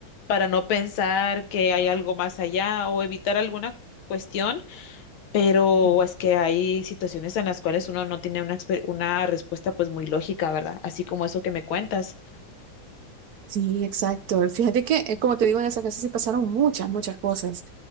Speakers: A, on the left; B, on the right.
A: para no pensar que hay algo más allá o evitar alguna cuestión pero
B: Ujú.
A: es que hay situaciones en las cuales uno no tiene una, exper- una respuesta pues muy lógica, ¿verdad? Así como eso que me cuentas.
B: Sí, exacto. Fíjate que, eh, como te digo, en esa casa sí pasaron muchas, muchas cosas.